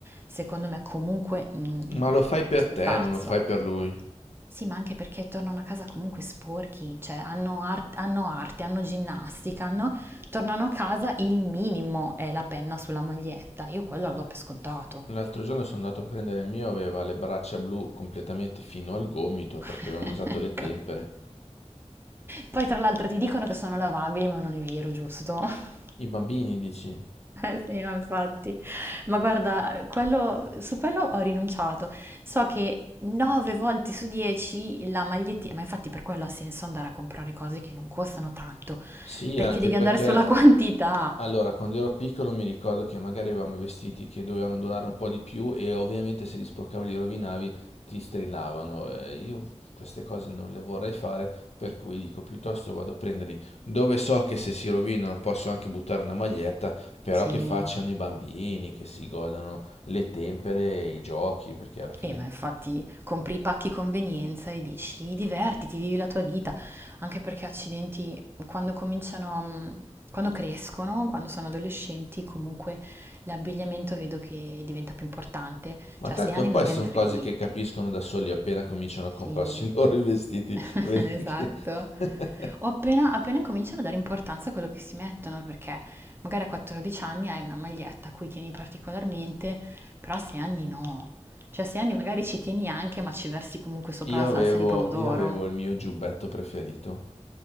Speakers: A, on the right; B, on the left.
A: secondo me comunque mm,
B: Ma lo fai per
A: sei
B: te,
A: pazzo.
B: non lo fai per lui.
A: Sì, ma anche perché tornano a casa comunque sporchi, cioè hanno, ar- hanno arte, hanno ginnastica, hanno- tornano a casa il minimo è la penna sulla maglietta. Io quello lo do per scontato.
B: L'altro giorno sono andato a prendere il mio, aveva le braccia blu completamente fino al gomito
A: <laughs>
B: perché avevano usato le
A: Ecco.
B: tempere.
A: Poi tra l'altro ti dicono che sono lavabili, ma non è vero, giusto?
B: I bambini, dici?
A: Eh sì, no, infatti. Ma guarda, quello- su quello ho rinunciato. So che 9 volte su 10 la magliettina, ma infatti per quello ha senso andare a comprare cose che non costano tanto,
B: Sì,
A: perché
B: anche
A: devi
B: perché
A: andare sulla <laughs> quantità.
B: Allora, quando ero piccolo mi ricordo che magari avevamo i vestiti che dovevano durare un po' di più e ovviamente se li sporcavi, li rovinavi, ti strillavano. Eh, Io queste cose non le vorrei fare, per cui dico piuttosto vado a prenderli dove so che se si rovinano posso anche buttare una maglietta, però
A: Sì.
B: che facciano i bambini, che si godano le tempere, e i giochi, perché alla fine...
A: Eh, ma infatti compri i pacchi convenienza e dici divertiti, vivi la tua vita, anche perché accidenti, quando cominciano, mm, quando crescono, quando sono adolescenti, comunque l'abbigliamento vedo che diventa più importante,
B: Ma
A: cioè
B: tanto
A: a sei anni
B: poi
A: non gliene
B: sono
A: frega
B: cose
A: niente.
B: che capiscono da soli appena cominciano a
A: Sì,
B: comprarsi <laughs> i loro i vestiti,
A: <laughs>
B: vedi
A: esatto.
B: che... <laughs>
A: O appena, appena incominciano a dare importanza a quello che si mettono, perché magari a 14 anni hai una maglietta a cui tieni particolarmente, però a 6 anni no. Cioè a 6 anni magari ci tieni anche, ma ci versi comunque sopra
B: Io
A: la salsa
B: avevo,
A: di pomodoro.
B: io avevo il mio giubbetto preferito,